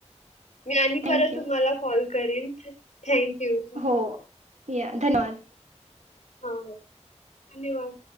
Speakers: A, on the left (about 75°); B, on the right (about 75°).
A: मी आणि
B: थँक
A: परत
B: यू.
A: तुम्हाला कॉल करेन थँंक यू.
B: हो या धन्यवाद.
A: हा धन्यवाद.